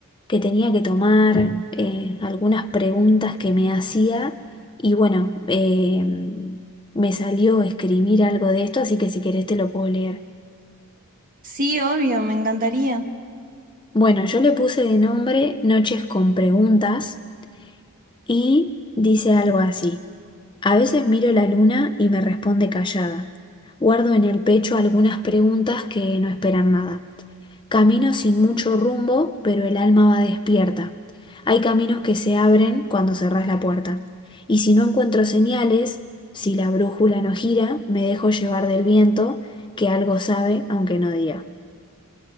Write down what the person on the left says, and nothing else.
que tenía que tomar, eh, algunas preguntas que me hacía y bueno, eh, me salió escribir algo de esto, así que si querés te lo puedo leer.
Bueno, yo le puse de nombre Noches con Preguntas y dice algo así. A veces miro la luna y me responde callada. Guardo en el pecho algunas preguntas que no esperan nada. Camino sin mucho rumbo, pero el alma va despierta. Hay caminos que se abren cuando cerrás la puerta. Y si no encuentro señales, si la brújula no gira, me dejo llevar del viento, que algo sabe, aunque no diga.